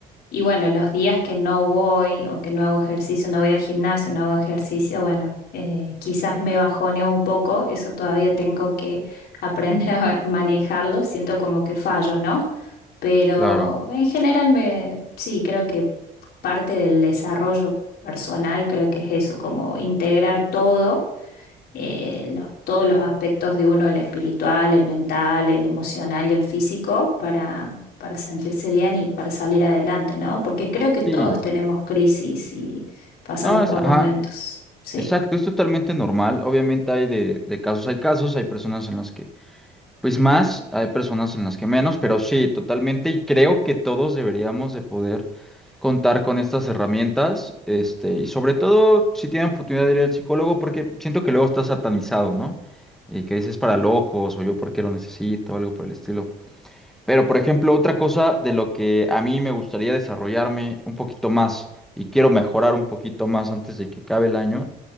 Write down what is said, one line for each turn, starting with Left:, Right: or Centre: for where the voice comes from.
Left: y bueno, los días que no voy o que no hago ejercicio, no voy al gimnasio, no hago ejercicio, bueno, eh, quizás me bajoneo un poco, eso todavía tengo que aprender <laughs> a manejarlo, siento como que fallo, ¿no? Pero
Centre: Claro.
Left: en general me, sí, creo que parte del desarrollo personal creo que es eso, como integrar todo eh, los- todos los aspectos de uno, el espiritual, el mental, el emocional y el físico, para, para sentirse bien y para salir adelante, ¿no? Porque creo que todos
Centre: Sí.
Left: tenemos crisis y pasamos
Centre: No, es,
Left: por
Centre: ajá.
Left: momentos, sí.
Centre: Exacto, es totalmente normal. Obviamente hay de, de casos, hay casos, hay personas en las que pues más, hay personas en las que menos, pero sí, totalmente. Y creo que todos deberíamos de poder contar con estas herramientas, este, y sobre todo si tienen oportunidad de ir al psicólogo, porque siento que luego está satanizado, ¿no? Y que dices para locos o yo porque lo necesito, algo por el estilo. Pero por ejemplo, otra cosa de lo que a mí me gustaría desarrollarme un poquito más y quiero mejorar un poquito más antes de que acabe el año